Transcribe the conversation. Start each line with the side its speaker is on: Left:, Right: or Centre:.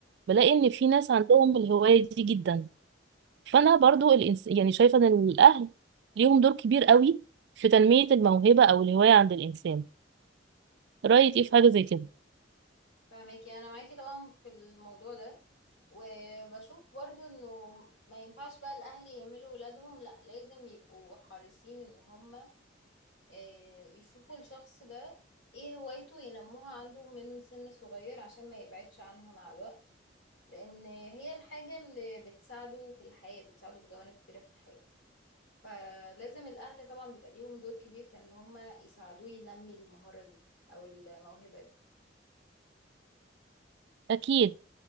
Right: بلاقي
Left: صح
Right: ان في ناس عندهم الهواية دي جدا فانا برضو الإنس... يعني شايفة ان الاهل ليهم دور كبير قوي في تنمية الموهبة او الهواية عند الانسان رأيك ايه في حاجة زي كده
Left: فاهماكي أنا معاكي طبعا في الموضوع ده وبشوف برضو انه ما ينفعش بقى الاهل يهملوا ولادهم لا لازم يبقوا حريصين ان هم آه، يشوفوا الشخص ده ايه هوايته ينموها عنده من سن صغير عشان ما يبعدش عنها مع الوقت لان هي الحاجة اللي بتساعده في الحياة بتساعده في جوانب كثيرة في الحياة فلازم الاهل طبعا بيبقى ليهم دور كبير في ان هما يساعدوه ينمي المهارة دي او الموهبة دي
Right: اكيد